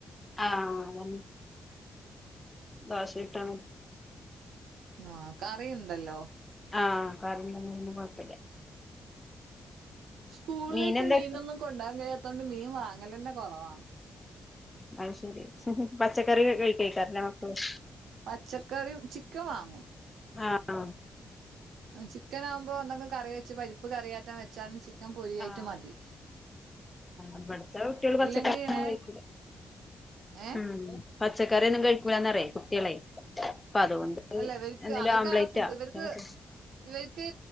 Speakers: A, on the left; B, on the right.
A: ആഹ ബാസ് വക്ട്ടണ
B: ആഹ കറിണ്ടല്ലോ
A: ആ കാരണം ഒന്നും കുഴപ്പമില്ല
B: സ്കൂളിലേക്ക്
A: മീനെന്താ
B: മീനൊന്നും കൊണ്ടാകാൻ കഴിയാത്തോൊണ്ട് മീൻ വാങ്ങൽ തന്നെ കുറവാണ്
A: അത് ശരി പച്ചക്കറി കഴിക്കാക്കരം ലെ മക്കളും
B: പച്ചക്കറി ചിക്കൻ വാങ്ങും
A: ആഹ്‌
B: ചിക്കൻ ആുവുമ്പോ ന്തെങ്കും കറി വെച്ച് പരിപ്പ് കറിയാറ്റൻ വെച്ചാലും ചിക്കൻ പൊരിയായിട്ട്
A: ആഹ്‌
B: മതി
A: ഇബടുത്തെ കുട്ടികള് പച്ചക്കറി
B: ഇല്ലെങ്കി ഇങ്ങനെ
A: ഒന്നും കഴിക്കൂല
B: ഏഹ്
A: ഉം പച്ചക്കറിയൊന്നും കഴിക്കൂലന്ന അറിയ കുട്ടികളെ അപ്പ അതുകൊണ്ട്
B: അല്ല ഇവർക്ക്
A: എന്തേലും
B: അവർക്ക്
A: ആംപ്ലേറ്റാ
B: അവിടെ ഫുഡ് ഇവർക്ക്
A: ആഹ്
B: ഇവർക്ക്